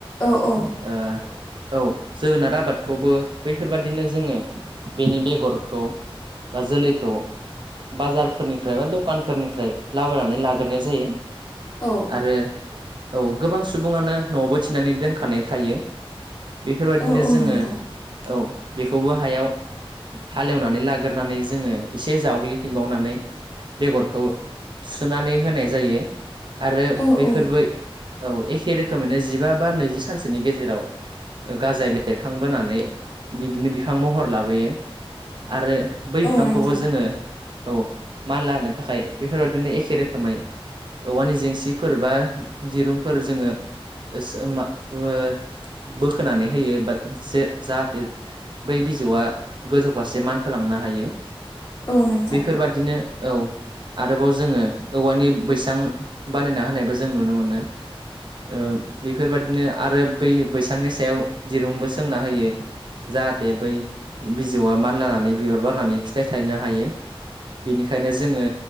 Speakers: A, on the left; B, on the right.
A: औ औ
B: ओ औ जोगोनार आबादखौबो बैफोरबादिनो जोङो बेनि बेगरखौ बा जोलैखौ बाजारफोरनिफ्राय बा दखानफोरनिफ्राय लाबोनानै लाग्रोनाय जायो
A: औ
B: आरो औ गोबां सुबुङानो न'आवबो थिनानै दोनखानाय थायो बेफोरबायदिनो
A: औ औ
B: जोङो
A: नोंथां
B: औ बेखौबो हायाव हालेवनानै लाग्रानै जोङो एसे जावग्लिफिनबावनानै बेगरखौ सुुनानै होनाय जायो आरो
A: औ
B: बेैफोरबो
A: औ
B: औ एखे रोखोमैनो जिबा बा नैजि सानसोनि गेजेराव गाजाय बेरखांबोनानै बिदिनो बिफां महर लाबोयो आरो बै
A: औ
B: बिफांखौबो
A: नोंथां
B: जोङो औ मानला होनो थाखाय बेफोरबदिनो एखे रोखोमै औवानि जेंसिफोर बा दिरुंफोर जोङो होसो मा ओ बोखोनानै होयो बा जे जाहाथे बै बिजौआ गोजौ फारसे मानखोलांनो हायो
A: औ नोंथां
B: बेफोरबादिनो औ आरोबाव जोङो औवानि बैसां बानायना होनायबो जों नुनो मोनो ओ बेफोरबादिनो आरो बै बैसांनि सायाव दिरुंबो सोंना होयो जा हाथे बै बिजौआ मानलानानै बिबर बारनानै फिथाइ थायनो हायो बिनिखायनो जोङो